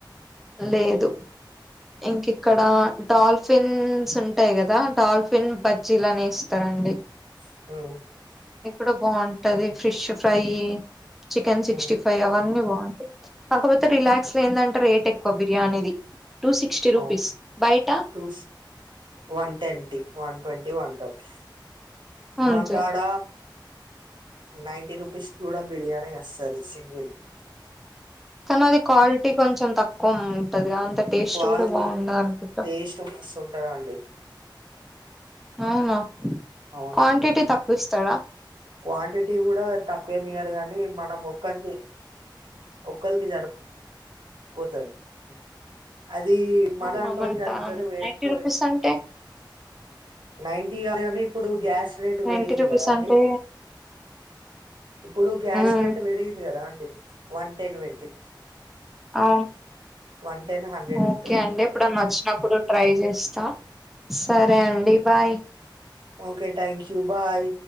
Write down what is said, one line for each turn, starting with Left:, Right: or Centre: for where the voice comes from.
Centre: లేదు ఇంక ఇక్కడ డాల్ఫిన్స్ ఉంటాయి కదా డాల్ఫిన్ బ <unintelligible> ఎస్తారండి
Right: ఉమ్
Centre: ఇక్కడ బాగుంటది ఫిష్ ఫ్రై చికెన్ సిక్స్టీ
Right: ఉమ్
Centre: ఫైవ్ అవన్నీ కాకపోతే రిలాక్స్ లో ఏందంటే రేట్ ఎక్కువ బిర్యానీది టూ సిక్స్టీ రూపీస్
Right: అవును
Centre: బయట
Right: two one twenty one twenty one twenty
Centre: అంతే
Right: మాకాడ నైన్ టి రూపీస్కి కూడా బిర్యానీ వస్తది సింగిల్
Centre: కాని అది క్వాలిటీ కొంచెం తక్కువ ఉంటదిగా అ టేస్ట్
Right: క్వాలిటీ
Centre: కూడ బాగుండదనుకుంటా
Right: టేస్ట్ మస్తు ఉంటదండి
Centre: అవునా
Right: అవునండి
Centre: క్వాంటిటీ తక్కువ ఇస్తాడా
Right: క్వాంటిటీ కూడ తక్కువే <unintelligible> కానీ మనం మొక్కనికి ఒకల్కి <inaudible> అది మన
Centre: అవునా
Right: వంటలకి
Centre: మరి
Right: <inaudible>
Centre: నైన్టీ రూపీస్ అంటే
Right: నైటీ <unintelligible> ఇప్పుడు గ్యాస్ రేటు
Centre: నైన్టీ
Right: పెరిగింది
Centre: రూపీస్
Right: కదా అండి
Centre: అంటే
Right: ఇప్పుడు గ్యాస్
Centre: మ్మ్
Right: రేట్ పెరిగింది కదా అండి వన్ టెన్ <unintelligible>
Centre: ఆ
Right: వన్ టెన్ హండ్రెడ్
Centre: ఓకే
Right: ఉంటది
Centre: అండి ఇప్పుడన్న వచ్చినప్పుడు ట్రై చేస్తా సరే అండి bye
Right: okay thank you bye